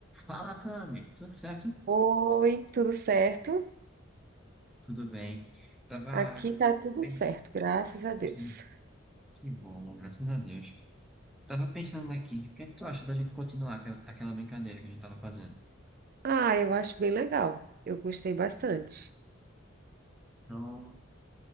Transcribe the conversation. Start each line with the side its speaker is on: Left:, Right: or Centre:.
Centre: Fala, Cami. Tudo certo?
Right: Oi, tudo certo?
Centre: Tudo bem. Tava.
Right: Aqui tá tudo
Centre: pen-
Right: certo, graças a Deus.
Centre: Que, que bom, graças a Deus. Tava pensando aqui, o que é que tu acha da gente continuar aquela aquela brincadeira que a gente tava fazendo?
Right: Ah, eu acho bem legal. Eu gostei bastante.
Centre: Então,